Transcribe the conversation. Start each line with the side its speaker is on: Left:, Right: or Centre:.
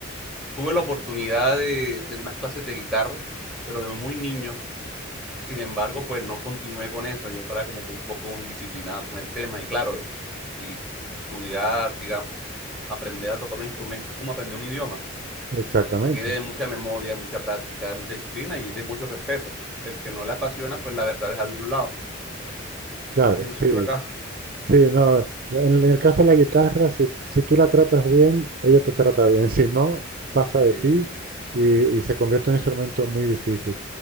Centre: Tuve la oportunidad de tener unas clases de guitarra, pero de muy niño. Sin embargo, pues no continué con eso. Yo era como que un poco indisciplinado con el tema y claro, y, y estudiar, digamos, aprender a tocar un instrumento es como aprender un idioma.
Right: Exactamente.
Centre: Requiere de mucha memoria, de mucha práctica, de mucha disciplina y de mucho respeto. El que no le apasiona, pues la verdad es a un lado.
Right: Claro,
Centre: Pienso
Right: sí,
Centre: yo acá.
Right: sí, no. la- En el caso de la guitarra, si, si tú la tratas bien, ella te trata bien. Si no, pasa
Centre: Sí,
Right: de ti y, y se convierte en un instrumento muy difícil.